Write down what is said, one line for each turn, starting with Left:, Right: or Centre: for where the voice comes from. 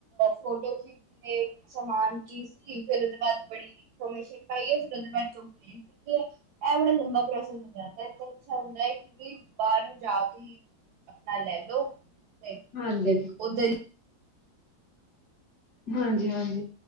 Right: ਫੋਟੋ ਖੀ- ਸਮਾਨ ਕੀ ਸੀ ਫਿਰ ਉਹਦੇ ਬਾਅਦ ਬੜੀ ਇਨਫੋਰਮੇਸ਼ਨ ਪਾਈ ਐ, ਫਿਰ ਉਹਦੇ ਬਾਅਦ ਕੰਪਲੇਂ- ਕਿ ਕਿ ਹੈ ਇਹ ਬੜਾ ਲੰਬਾ ਪ੍ਰੋਸੈਸ ਹੁੰਦਾ, ਹੈ ਨਾ ਆਜ ਕੱਲ ਅੱਛਾ ਹੁੰਦਾ ਹੈ ਕਿਸਕ ਬਾਹਰੋਂ ਜਾ ਕੇ ਹੀ, ਆਪਣਾ ਲੈ ਲਓ- ਤੇ
Left: ਹਾਂਜੀ
Right: ਫਿਰ ਉੱਧਰ ਹੀ-
Left: ਹਾਂਜੀ ਹਾਂਜੀ,